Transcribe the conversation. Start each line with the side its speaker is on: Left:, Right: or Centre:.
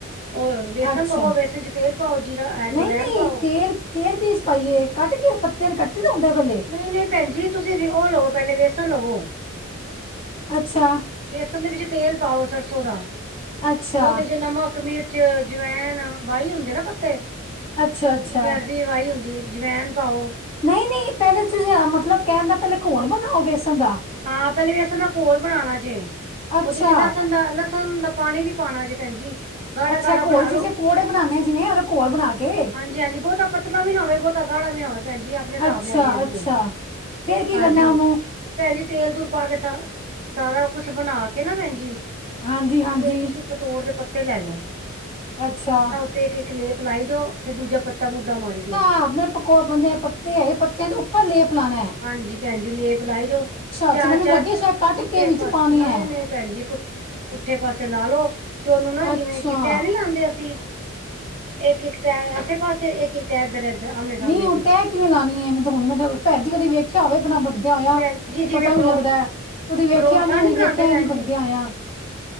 Right: ਔਰ ਵੇਸਨ
Left: ਅੱਛਾ
Right: ਲਵੋ, ਵੇਸਨ ਚ ਤੇਲ ਪਾਓ, ਜੀਰਾ ਐਜਵੈਨ
Left: ਨਹੀਂ ਨਹੀਂ
Right: ਪਾਓ।
Left: ਤੇਲ ਤੇਲ ਕੀਦੇ ਚ ਪਾਈਏ, ਕਾਟ ਕੇ ਪੱਤੇ ਨੂੰ ਕੱਟੀ ਦਾ ਹੁੰਦਾ ਪੇਹਲੇ?
Right: ਨਈ-ਨਈ ਭੈਣ ਜੀ ਤੁਸੀਂ ਉਹ ਲੋ ਪੇਹਲੇ ਵੇਸਣ ਲਵੋ।
Left: ਅੱਛਾ
Right: ਵੇਸਣ ਦੇ ਵਿੱਚ ਤੇਲ ਪਾਓ ਸਰਸੋਂ ਦਾ,
Left: ਅੱਛਾ
Right: ਉਹਦੇ ਚ ਨਮਕ, ਮਿਰ ਚ ਜਵੈਨ ਵਾਈ ਹੁੰਦੇ ਨਾ ਪੱਤੇ,
Left: ਅੱਛਾ ਅੱਛਾ
Right: ਜਿਵੇ ਅਰਬੀ ਵੀ ਵਾਹੀ ਹੁੰਦੀ ਹੈ, ਜਵੈਨ ਪਾਓ
Left: ਨਹੀਂ- ਨਹੀਂ, ਪਹਿਲੇ ਤੁਸੀਂ ਮਤਲਬ ਕਹਿਣਦਾ ਪਹਿਲੇ ਘੋਲ ਬਣਾਓ ਬੇਸਣ ਦਾ
Right: ਹਾਂ, ਪਹਿਲੇ ਵੇਸਣ ਦਾ ਘੋਲ ਬਣਾਣਾ ਜੇ,
Left: ਅੱਛਾ
Right: ਉਹਦੇ ਚ ਲਸਣ ਦਾ ਲ ਸਣ ਦਾ ਪਾਣੀ ਵੀ ਪਾਉਣਾ ਜੇ, ਭੈਣਜੀ। ਗਾੜਾ-
Left: ਅੱਛਾ
Right: ਗਾੜਾ
Left: ਘੋਲ
Right: ਬਣਾ
Left: ਜਿਸੇ
Right: ਲੋੋ,
Left: ਪਕੌੜੇ ਬਣਾਉਦੇ ਆ ਜਿਵੇਂ ਉਹਦਾ ਘੋਲ ਬਣਾ ਕੇ
Right: ਹਾਂਜੀ- ਹਾਂਜੀ, ਬਹੁਤਾ ਪਤਲਾ ਵੀ ਨਾ ਹੋਵੇ ਬਹੁਤਾ ਗਾੜਾ ਵੀ ਨਾ ਹੋਵੇ। ਭੈਣ ਜੀ ਆਪਣੇ ਹਿਸਾਬ
Left: ਅੱਛਾ
Right: ਨਾਲ ਦੇਖ
Left: ਅੱਛਾ
Right: ਲਿਓ।
Left: ਫੇਰ ਕੀ
Right: ਹਾਂਜੀ
Left: ਕਰਨਾ ਉਹਨੂੰ।
Right: ਭੈਣ ਜੀ ਤੇਲ ਤੂਲ ਪਾ ਕੇ ਸਾਰਾ, ਸਾਰਾ ਕੁਛ ਬਣਾ ਕੇ ਨਾ ਭੈਣ ਜੀ, ਤੇ
Left: ਹਾਂਜੀ ਹਾਂਜੀ
Right: ਤੁਸੀਂ ਪਤੋੜ ਦੇ ਪੱਤੇ ਲੈ ਲੋ।
Left: ਅੱਛਾ!
Right: ਤੇ ਇੱਕ- ਇੱਕ ਲੇਪ ਲਾਈ ਜਾਓ ਤੇ ਦੂਜਾ ਪੱਤਾ ਮੁੱਦਾ ਮਾਰੀ ਜਾਉ।
Left: ਆਪੇ ਪੱਕ <unintelligible> ਉਹ ਬਣਦੇ ਪੱਤੇ ਹੈ, ਪੱਤਿਆਂ ਦੇ ਉੱਪਰ ਲੇਪ ਲਾਂਣਾ।
Right: ਹਾਂਜੀ ਭੈਣਜੀ, ਲੇਪ ਲਾਈ ਜਾਓ, ਚਾਰ
Left: ਅੱਛਾ ਮੈਨੂੰ
Right: -ਚਾਰ
Left: ਲੱਗਿਆ ਸ਼ਾਇਦ ਕੱਟ
Right: ਪੁੱਠੇ
Left: ਕੇ ਵਿੱਚ
Right: ਪਰ
Left: ਪਾਣੇ
Right: ਨਹੀ-ਨਹੀ
Left: ਹੈ
Right: ਭੈਣ ਜੀ ਪੁ ਪੁੱਠੇ ਪਾਸੇ ਲਾ ਲਓ ਤੇ ਉਹਨੂੰ ਨਾ ਜਿਵੇਂ
Left: ਅੱਛਾ
Right: ਕਿ ਤੈਅ ਨੀ ਲਾਂਦੇ ਅਸੀਂ ਇੱਕ -ਇੱਕ ਤੈਅ ਆਸੇ ਪਾਸੇ, ਇੱਕ- ਇੱਕ ਤੈਅ ਇੱਧਰ- ਇਧਰ ਆਮਣੇ -ਸਾਹਮਣੇ
Left: ਨਹੀਂ ਹੁਣ
Right: ਦੀ
Left: ਤੈਅ ਕਿਵੇਂ ਲਾਣੀਏ, ਮੈਂ ਹੁਣ ਮੈਂ ਭੈਣ ਜੀ ਕਦੇ ਵੇਖਿਆ ਹੋਵੇ ਬਿਨਾਂ ਬਣਦਿਆਂ ਹੋਇਆ
Right: ਭੈਣ ਜੀ
Left: ਤੇ
Right: ਜਿਵੇਂ
Left: ਪਤਾ ਵੀ
Right: ਪਰੌ
Left: ਲੱਗਦਾ ਐ। ਉਹਦੀ ਵੇਖਿਆ
Right: ਪਰੌਂਠਾ
Left: ਨੀ ਅ
Right: ਬਣਾਂਦੇ
Left: ਵੇਖਿਆ
Right: ਭੈਣ
Left: ਹੀ ਨੀ
Right: ਜੀ।
Left: ਬਣਦਿਆ ਹੋਇਆ।